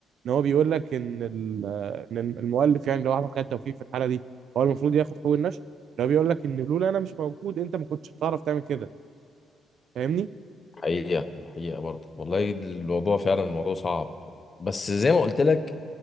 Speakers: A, on the right; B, on the left.
A: ان هو بيقول لك ان ال- آه، ان المؤلف يعني لو احمد خالد توفيق في الحاله دي هو المفروض ياخد حقوق النشر لو بيقول لك ان لولا انا مش موجود انت ما كنتش هتعرف تعمل كده فاهمني؟
B: حقيقه دي حقيقه برضه والله الموضوع فعلا الموضوع صعب بس زي ما قلت لك